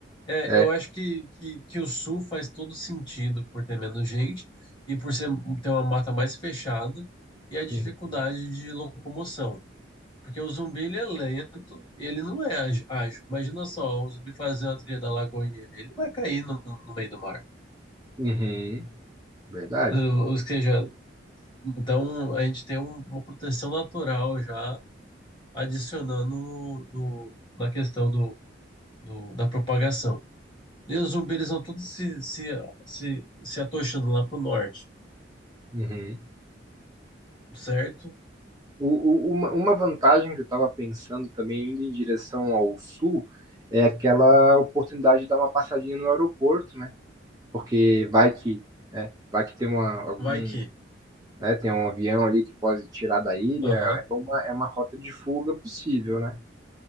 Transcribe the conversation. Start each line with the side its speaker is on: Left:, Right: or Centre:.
Left: É,
Right: É.
Left: eu acho que, que, que o Sul faz todo sentido por ter menos gente e por ser, ter uma mata mais fechada e a dificuldade
Right: Uhum.
Left: de locomoção. Porque o zumbi ele é lento, ele não é ágil. ágil. Imagina só, o zumbi fazer uma trilha da lagoa e ele, ele vai cair no, no meio do mar.
Right: Uhum. Verdade.
Left: Ou seja, então a gente tem um- uma proteção natural já adicionando no, no- na questão do, do- da propagação. E os zumbis eles vão todos se, se, se, se atochando lá pro norte,
Right: Uhum.
Left: certo?
Right: O- o- uma, uma vantagem que eu estava pensando também, indo em direção ao sul, é aquela oportunidade de dar uma passadinha no aeroporto, né? porque vai que, né, vai que tem uma, algum,
Left: Vai que.
Right: né, tem um avião ali que pode tirar da ilha,
Left: Aham.
Right: é uma, é uma rota de fuga possível, né?